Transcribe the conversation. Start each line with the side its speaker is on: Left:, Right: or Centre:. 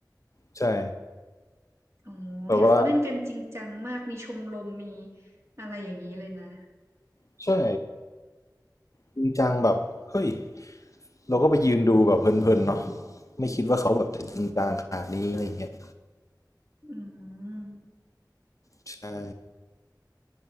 Left: ใช่
Right: อ๋อเห็นเขาเล่นกันจริงจังมากมีชมรมมี
Left: แบบว่า
Right: อะไรอย่างนี้เลยนะ
Left: ใช่จริงจังแบบเฮ้ยเราก็ไปยืนดูแบบเพลินๆเนาะไม่คิดว่าเขาแบบจะจริงจังขนาดนี้อะไรอย่างเงี้ย
Right: อืม
Left: ใช่